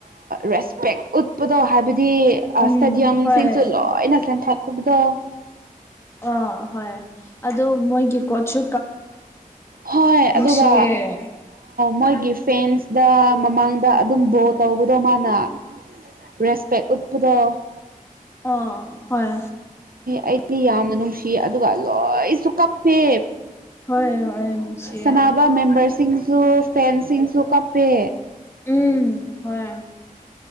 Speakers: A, on the right (about 80°); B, on the left (about 15°).
A: ꯔꯦꯁꯄꯦꯛ ꯎꯠꯄꯗꯣ ꯍꯥꯏꯕꯗꯤ
B: ꯎꯝ
A: ꯁꯇꯦꯗꯤꯌꯝꯁꯤ
B: ꯍꯣꯏ
A: ꯁꯦ ꯂꯣꯢꯅ <unintelligible>
B: ꯑ ꯍꯣꯏ ꯑꯗꯨ ꯃꯣꯏꯒꯤ ꯀꯣꯖꯁꯨ
A: ꯍꯣꯏ
B: ꯅꯨꯡꯁꯤꯌꯦ
A: ꯑꯗꯨꯒ ꯃꯣꯏꯒꯤ ꯐꯦꯟꯁꯗ ꯃꯃꯥꯡꯗ ꯑꯗꯨꯝ ꯕꯣ ꯇꯧꯕꯗꯣ ꯃꯥꯅ ꯔꯦꯁꯄꯦꯛ ꯎꯠꯄꯗꯣ
B: ꯑꯥ ꯍꯣꯏ
A: ꯑꯩꯗꯤ ꯌꯥꯝ ꯅ ꯅꯨꯡꯁꯤ ꯑꯗꯨꯒ ꯂꯣꯏꯁꯨ ꯀꯞꯄꯦ
B: ꯍꯣꯏ ꯍꯣꯏ ꯅꯨꯡꯁꯤꯌꯦ
A: ꯁꯅꯥꯕ ꯃꯦꯝꯕꯔꯁꯤꯡꯁꯨ ꯐꯦꯟꯁꯤꯡꯁꯨ ꯀꯞꯄꯦ
B: ꯎꯝ ꯍꯣꯏ